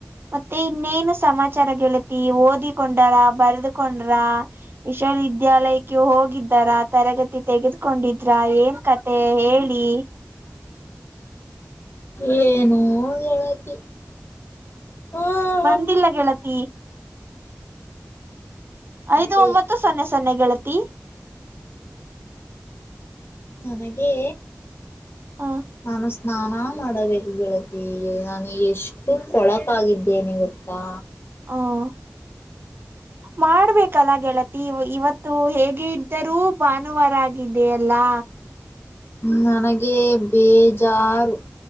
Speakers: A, on the right; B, on the left.
A: ಮತ್ತೆ ಇನ್ನೇನು ಸಮಾಚಾರ ಗೆಳತಿ ಓದಿಕೊಂಡರ? ಬರ್ದಕೊಂಡ್ರ? ವಿಶ್ವವಿದ್ಯಾಲಯಕ್ ಕೆ ಹೋಗಿದ್ದಾರ ತರಗತಿ ತೆಗೆದುಕೊಂಡಿದ್ರ ಏನ್ ಕತೆ ಹೇಳಿ
B: ಏನೋ ಗೆಳತಿ ಹಾ..
A: ಬಂದಿಲ್ಲ ಗೆಳತಿ?
B: ಮತ್ತೆ
A: ಐದು ಒಂಬತ್ತು ಸೊನ್ನೆ ಸೊನ್ನೆ ಗೆಳತಿ.
B: ನನಗೆ
A: ಹ
B: ಅನ್ಸ್ ಸ್ನಾನ ಮಾಡಬೇಕು ಗೆಳತಿ ನಾನು ಎಷ್ಟು ಕೊಳಕಾಗಿದ್ದೇನೆ ಗೊತ್ತಾ?
A: ಹ್ಮ ಮಾಡ್ಬೇಕಲ್ಲ ಗೆಳತಿ ಇವತ್ತು. ಹೇಗೆ ಇದ್ದರೂ ಭಾನುವಾರ ಆಗಿದೆಯಲ್ಲಾ.
B: ನನಗೆ ಬೇಜಾರು..